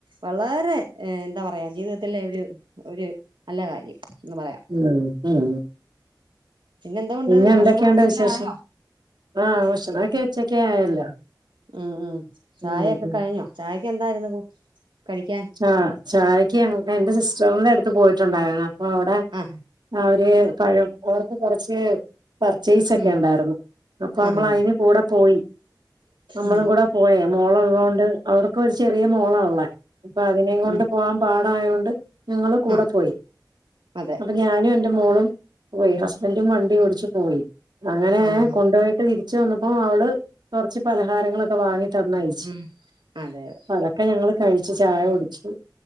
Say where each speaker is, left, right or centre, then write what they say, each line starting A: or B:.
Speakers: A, on the right; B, on the right.
A: വളരെ എന്താ പറയാ ജീവിതത്തിലെ ഒരു ഒരു നല്ല കാര്യം എന്ന് പറയാം
B: ഉം ഉം
A: എന്തോണ്ട്
B: പിന്നെ എന്തൊക്കെയുണ്ട്
A: ഭക്ഷണമൊക്കെ
B: വിശേഷം
A: എല്ലാം ആയോ
B: ആഹ് ഭക്ഷണക്കെ ഉച്ചക്കെ ആയല്ലോ
A: ഉം ഉം ചായയൊക്കെ
B: ഉം ഉം
A: കഴിഞ്ഞോ ചായക്ക് എന്തായിരുന്നു കടിക്കാൻ
B: ആ ചായയ്ക്ക് എന്റെ സിസ്റ്ററിന്റെ അടുത്ത് പോയിട്ടുണ്ടായിരുന്നു അപ്പൊ അവിടെ..
A: അ
B: അവര് പഴം ഓർക് കൊറച്ച് പർച്ചേസക്കെണ്ടായിരുന്നു
A: ഉം
B: അപ്പൊ നമ്മൾ
A: ആഹ് ആഹ്
B: അയിന് കൂടെ പോയി നമ്മളും
A: ഉം
B: കൂടെ പോയേ മോള ഉള്ളതോണ്ട് അവർക്ക് ഒരു ചെറിയ മോളള്ള അതിനെ കൊണ്ട്
A: ഉം
B: പോകാം പാടായോണ്ട് ഞങ്ങൾ കു‌ടെ
A: ആഹ്
B: പോയി
A: അതെ
B: <unintelligible> ഞാനും എന്റെ മോളും പോയി ഹസ്ബൻറും വണ്ടി ഓടിച്ച് പോയി അങ്ങനെ
A: ആഹ് ആഹ്
B: കൊണ്ട പോയിട്ട് തിരി ച്ചു വന്നപ്പോ അവള് കുറച്ച് പലഹാരങ്ങളൊക്കെ വാങ്ങി തന്നായ്ച്ച
A: ഉം അതെ അതെ
B: അതൊക്കെ ഞങ്ങള് കഴിച്ചു ചായ കുടിച്ചു.